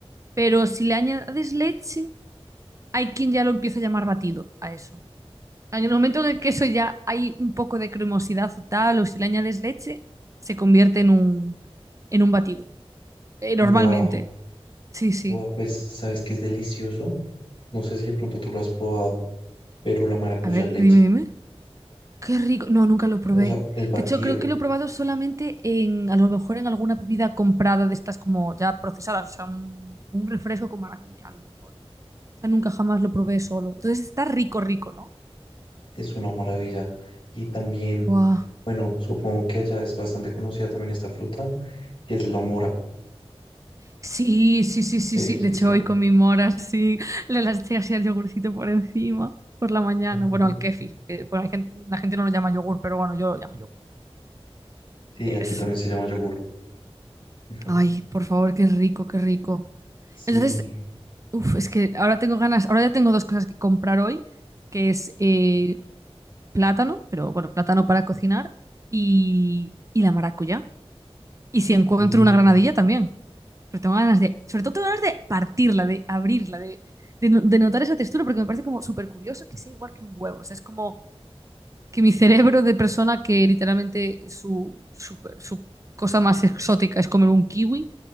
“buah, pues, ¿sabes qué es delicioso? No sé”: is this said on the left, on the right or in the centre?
Left